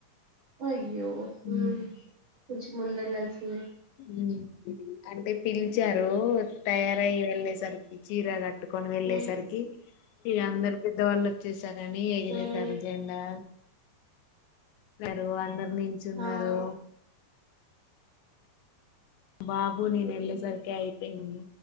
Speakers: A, on the right (about 85°); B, on the left (about 85°).
A: అయ్యో హ్మ్మ్
B: ఉమ్,
A: కొంచం ముందు వెళ్ళాల్సింది
B: ఉమ్. అంటే పిలిచారు తయారయి వెళ్ళేసరికి చీర కట్టు కొని వెళ్ళేసరికి
A: ఉమ్,
B: ఇ అందరు పెద్దవాళ్ళు వచ్చేసారని ఎగిరేశారు
A: ఉమ్,
B: జెండా రూ అందరు నిల్చున్నారు.
A: ఆ
B: బాబు నేను ఎల్లేసరికి అయిపోయింది.